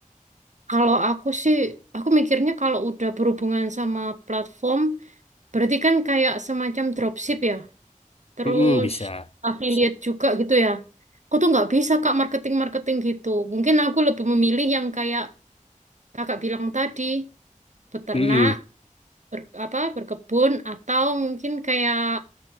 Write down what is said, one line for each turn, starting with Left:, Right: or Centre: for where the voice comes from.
Right: Kalau aku sih, aku mikirnya kalau udah berhubungan sama platform, berarti kan kayak semacam dropship ya, terus
Left: Mm-mm, bisa.
Right: affiliate
Left: Sip.
Right: juga gitu ya. Aku tuh nggak bisa kak marketing-marketing gitu. Mungkin aku lebih memilih yang kayak kakak bilang tadi, beternak,
Left: Mm-mm.
Right: ber- apa, berkebun, atau mungkin kayak